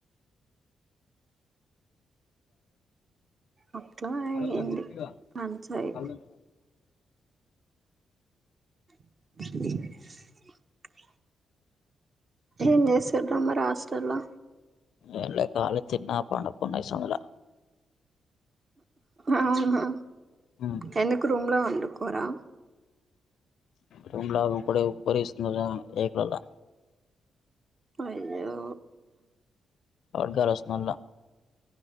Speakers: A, on the right; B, on the left.
A: అట్లా అయింది
B: అరవద దిప్పవాప్పు
A: పంచాయి
B: కళ్డ <inaudible>
A: <inaudible> ఏం చేస్తూరు మరి హస్టల్లా
B: ఏం లే కాలి తిన్న పనుకున్న ఈ సానిలో
A: అవునా
B: హ్మ్
A: ఎందుకు రూమ్లా వండుకోరా
B: రూమ్ లో రూప డే ఉప్పరి పరిస్తుంద ఏక్ లల్లా
A: అయ్యో
B: అడుగాసమలా